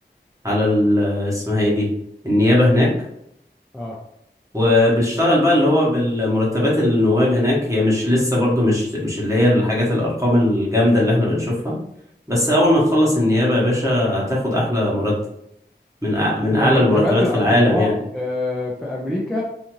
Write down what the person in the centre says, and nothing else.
أه
هي
مرتبات
الأطباء
آه، في أمريكا